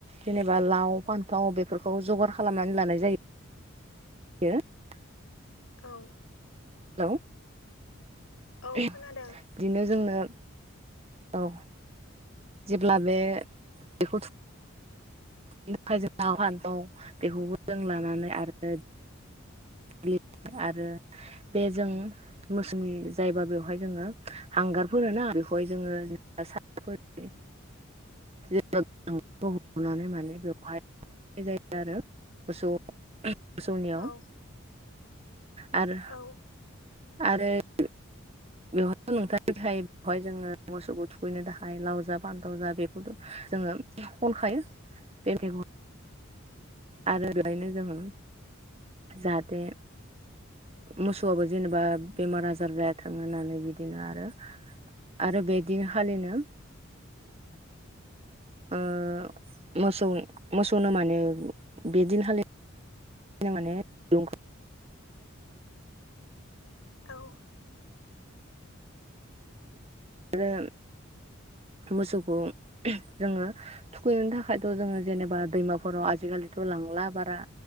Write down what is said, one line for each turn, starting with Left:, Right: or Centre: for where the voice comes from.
Right: जेनेबा लाव फानथाव बेफोरखौ जगार खालामनानै लानाय जायो। <unintelligible>
Left: औ
Right: हेलौ
Left: औ
Right: बिदिनो
Left: खोनादों
Right: जोंनो औ जेब्ला बे बेखौ बिनि थाखाय जों नाव हान दं बेखौबो जों लानानै आरो <unintelligible> बे जों मोसुमि जायोबा बेवहाय जोङो हांगारफोर ना बेवहाय जोङो
Left: <inaudible>
Right: <unintelligible> <unintelligible> नानै माने बेवहायनाय जायो आरो मोसौ मोसौनियाव
Left: औ
Right: आरो
Left: औ
Right: आरो बेवहाय नोंथां बेवहाय जोङो मोसौखौ थुखैनो थाखाय लाव जा बान्थाव जा बेफोर जोङो खनखायो बे मैगं आरो बेहायनो जोङो जाहाथे मोसौआबो जेनेबा बेमार आजार जायाथों होनानै बि आरो आरो बे दिनखालिनो ओ मोसौ मोसौनो माने बेदिनखालि बिदिनो माने दुरूंखौ
Left: औ
Right: आरो मोसौखौ जोङो थुखैनो थाखायथ' जोङो जेनेबा दैमाफोराव आजिखालि थ' लांला बारा